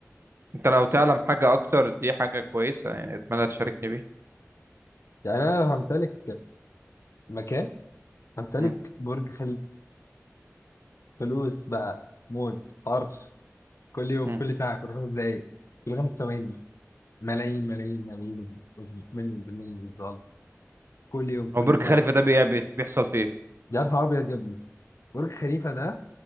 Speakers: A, on the right; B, on the left.
A: أنت لو تعلم حاجة أكتر دي حاجة كويسة يعني أتمنى تشاركني بيها
B: يعني انا لو همتلك مكان امتلك
A: مم.
B: برج خليفه فلوس بقى موت طرش كل يوم
A: مم.
B: كل ساعه كل خمس دقائق كل خمس ثواني ملايين ملايين ملايين مليون مليون دولار كل يوم كل
A: هو برج
B: ساعه
A: خليفة ده بي- بي- بيحصل فيه إيه؟
B: يا نهار ابيض يا ابني برج خليفه ده